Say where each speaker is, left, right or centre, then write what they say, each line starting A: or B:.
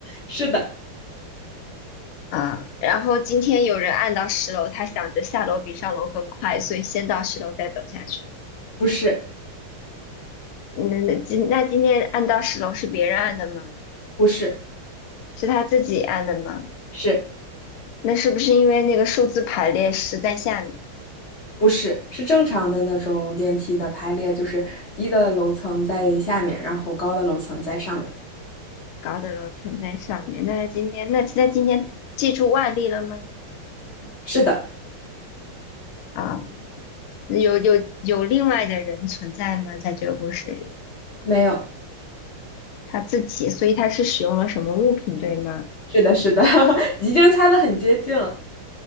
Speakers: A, on the left; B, on the left.
A: 是的，
B: 啊，然后今天有人按到十楼，他想着下楼比上楼更快，所以先到十楼再走下去。
A: 不是，
B: 嗯，那今那今天按到十楼是别人按的吗？
A: 不是，
B: 是他自己按的吗？
A: 是。
B: 那是不是因为那个数字排列十在下面，
A: 不是，是正常的那种电梯的排列，就是低的楼层在下面，然后高的楼层在上面。
B: 高的楼层在上面？那他今天那他今天借助外力了吗？
A: 是的，
B: 啊，有有有另外的人存在吗？在这个故事里，
A: 没有，
B: 他自己，所以他是使用了什么物品，对吗？
A: 是的，是的，<laughs> 已经猜的很接近了。